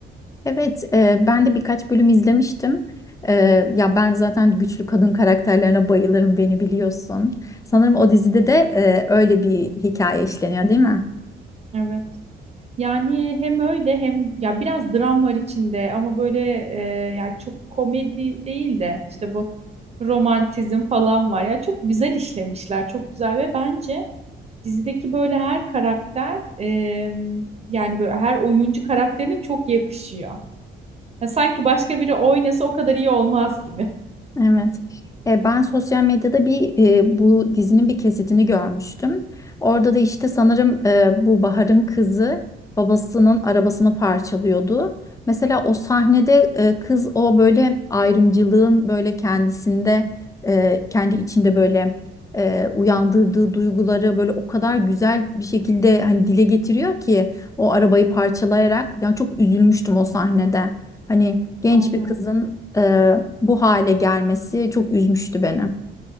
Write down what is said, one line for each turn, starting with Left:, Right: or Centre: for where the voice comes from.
Left: Evet e, ben de birkaç bölüm izlemiştim. E, ya ben zaten güçlü kadın karakterlerine bayılırım beni biliyorsun. Sanırım o dizide de e, öyle bir hikaye işleniyor değil mi?
Right: Evet. Yani hem öyle hem ya biraz dram var içinde ama böyle e, yani çok komedi değil de işte bu romantizm falan var. Ya çok güzel işlemişler, çok güzel ve bence dizideki böyle her karakter e, yani böyle her oyuncu karakterine çok yakışıyor. Ya sanki başka biri oynasa o kadar iyi olmaz gibi.
Left: Evet. E, ben sosyal medyada bir e, bu dizinin bir kesitini görmüştüm. Orada da işte sanırım e, bu Bahar'ın kızı babasının arabasını parçalıyordu. Mesela o sahnede e, kız o böyle ayrımcılığın böyle kendisinde e, kendi içinde böyle e, uyandırdığı duyguları böyle o kadar güzel bir şekilde hani dile getiriyor ki o arabayı parçalayarak yani çok üzülmüştüm o sahnede. Hani Genç
Right: Aynen.
Left: bir kızın e, bu hale gelmesi çok üzmüştü beni.